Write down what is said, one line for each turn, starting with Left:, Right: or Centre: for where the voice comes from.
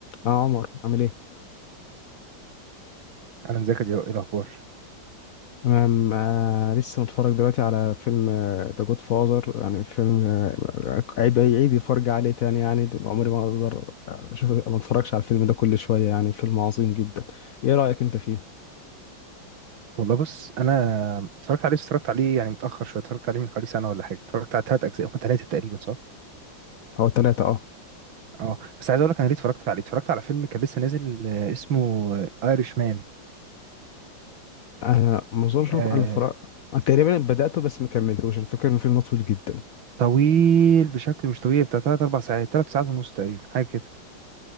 Left: اه عمر عامل ايه
Right: انا مذاكر دلوقتي. ايه الاخبار
Left: تمام آه لسه متفرج دلوقتي على فيلم ذا جود فاذر يعني فيلم آه عيد عيد الفرج عليه تاني يعني دول عمري ما اقدر آه، اشوف ما اتفرجش على الفيلم ده كل شويه يعني فيلم عظيم جدا ايه رايك انت فيه
Right: والله بص انا اتفرجت عليه بس اتفرجت عليه يعني متاخر شويه اتفرجت عليه من حوالي سنه ولا حاجه اتفرجت على ثلاث اجزاء هم ثلاثه تقريبا صح
Left: هو ثلاثه اه
Right: اه بس عايز اقول لك انا ليه اتفرجت عليه اتفرجت على فيلم كان لسه نازل آه، اسمه ايرش مان
Left: آه، ما اظنش
Right: آه
Left: انا أنا اتفرج أنا تقريبا بداته بس ما كملتوش الفكره ان الفيلم ده طويل جدا
Right: طويل بشكل مش طبيعي بتاع ثلاث اربع ساعات ثلاث ساعات ونص تقريبا حاجه كده